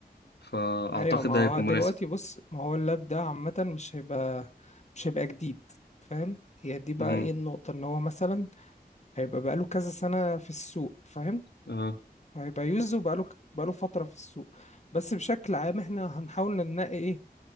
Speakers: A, on the left (about 85°); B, on the left (about 40°).
A: فأعتقد
B: ايوه ما
A: ده
B: هو
A: هيكون
B: دلوقتي
A: مناسب
B: بص ما هو اللاب ده عامة مش هيبقى مش هيبقى جديد فاهم هي دي بقى
A: مم.
B: ايه النقطة ان هو مثلا هيبقى بقاله كذا سنة في السوق فاهم
A: اه
B: هيبقى يوز وبقاله بقاله فترة في السوق بس بشكل عام احنا هنحاول ننقي ايه